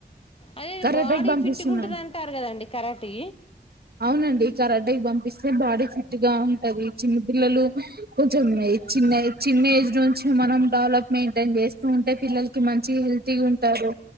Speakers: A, on the left (about 35°); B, on the right (about 65°).
A: అదే
B: కరాటికి
A: బాడీ
B: పంపిస్తున్నాను.
A: ఫిట్గా ఉంటుంది అంటారు కదండి కరాటీ
B: అవునండి కరాటికి పంపిస్తే బాడీ ఫిట్టు గా ఉంటది పిల్లలూ కొంచెం ఏజ్ చిన్న చిన్న ఏజ్ నుంచి మనం వాళ్ళకు మైంటైన్ చేస్తూ ఉంటే పిల్లలు మంచి హెల్తీ ఉంటారు